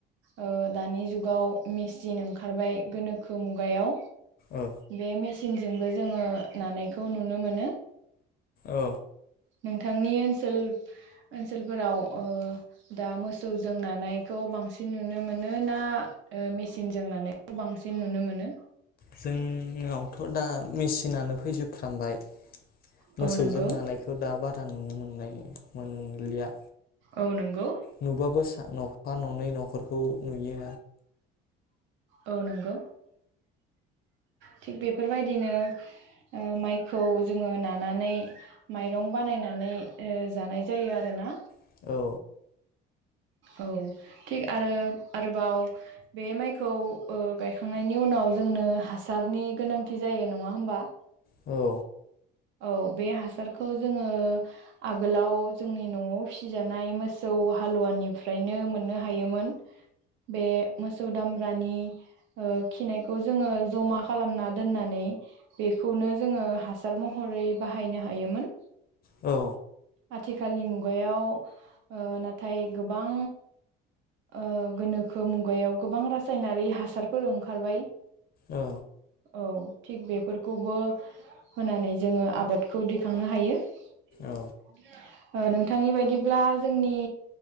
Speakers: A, on the right; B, on the left.
A: ओ दानि जुगाव मेचिन ओंखारबाय गोनोखो मुगायाव।
B: औ
A: बे मेसि न जोंबो जोङो नानायखौ नुनो मोनो।
B: औ
A: नों थांनि ओनसोल ओनसोलफोराव ओ दा मोसौजों नानायखौ बांसिन नुनो मोनो ना ओ मेसिनजों नानायखौ बांसिन नुनो मोनो?
B: जों नावथ' दा मेसिनानो फैजोबफ्रामबाय
A: औ
B: मोसौजों
A: नंगौ
B: नानायखौ दाबा <unintelligible> नुनो मोननाय मोनलिया।
A: औ नंगौ।
B: नुबाबो सा न'फा न'नै न'खरखौ नुयो।
A: औ नोंगौ, थिग बेफोरबायदिनो ओ माइखौ जोङो नानानै माइरं बानायनानै ओ जानाय जायो आरोना।
B: आरो औ
A: औ थिग आरो आरोबाव बे माइखौ ओ गायखांनायनि उनाव जोंनो हासारनि गोनांथि जायो नङा होमबा?
B: औ
A: औ बे हासारखौ जोङो आगोलाव जोंनि न'आव फिसिजानाय मोसौ हालुवानिफ्रायनो मोननो हायोमोन, बे मोसौ दामब्रानि ओ खिनायखौ जोङो जमा खालामना दोननानै बेखौनो जोङो हासार महर महरै बाहायनो हायोमोन।
B: औ
A: आथिखालनि मुगायाव ओ नाथाय गोबां ओ गोनोखो मुगायाव गोबां रासायनारि हासारफोर ओंखारबाय।
B: औ
A: औ। थिग बेफोरखौबो होनानै जोङो आबादखौ दैखांनो हायो। <unintelligible>
B: औ
A: ओ नोंथांनि बायदिब्ला जोंनि